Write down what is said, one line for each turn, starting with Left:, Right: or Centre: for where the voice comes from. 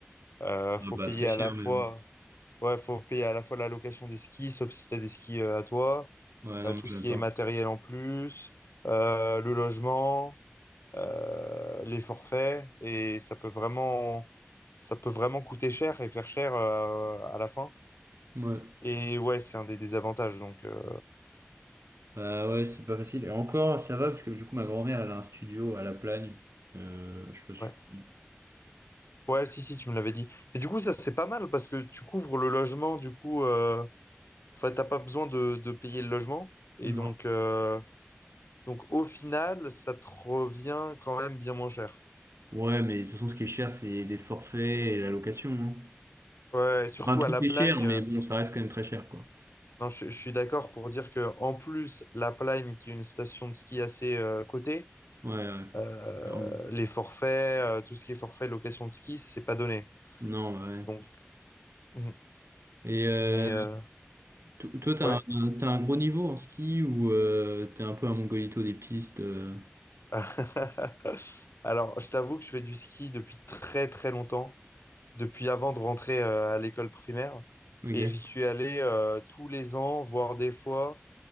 Left: Euh, faut
Right: Ah bah,
Left: payer
Right: très cher,
Left: à la fois.
Right: mais bon.
Left: Ouais, faut payer à la fois la location des skis, sauf si t'as des skis euh, à toi,
Right: Ouais, non,
Left: euh,
Right: moi,
Left: tout ce
Right: j'aime
Left: qui
Right: pas.
Left: est matériel en plus, euh, le logement, euh, les forfaits. Et ça peut vraiment. Ça peut vraiment coûter cher et faire cher euh, à la fin.
Right: Ouais.
Left: Et ouais, c'est un des désavantages. Donc, euh,
Right: Bah ouais, c'est pas facile. Et encore, ça va, parce que du coup, ma grand-mère, elle a un studio à La Plagne. Euh, je sais pas si
Left: ouais.
Right: tu connais.
Left: Ouais, si, si, tu me l'avais dit. Et du coup, ça, c'est pas mal parce que tu couvres le logement, du coup, euh, enfin, t'as pas besoin de, de payer le logement. Et
Right: Non.
Left: donc, euh, donc, au final, ça te revient quand même bien moins cher.
Right: Ouais, mais de toute façon, ce qui est cher, c'est les forfaits et la location. hein.
Left: Ouais, surtout
Right: Enfin, tout
Left: à La Plagne.
Right: est cher, mais
Left: euh,
Right: bon, ça reste quand même très cher, quoi.
Left: non, je, je suis d'accord pour dire que en plus, La Plagne, qui est une station de ski assez euh, cotée,
Right: Ouais, ouais,
Left: euh,
Right: clairement.
Left: les forfaits, euh, tout ce qui est forfait location de ski, c'est pas donné.
Right: Non, bah ouais.
Left: Donc, mm,
Right: Et euh,
Left: mais euh,
Right: to- toi, t'as
Left: ouais.
Right: un, t'as un gros niveau en ski ou euh, t'es un peu un mongolito des pistes euh,
Left: <laughs> Alors, je t'avoue que je fais du ski depuis très très longtemps, depuis avant de rentrer euh, à l'école primaire.
Right: Ok.
Left: Et j'y suis allé euh, tous les ans, voire des fois.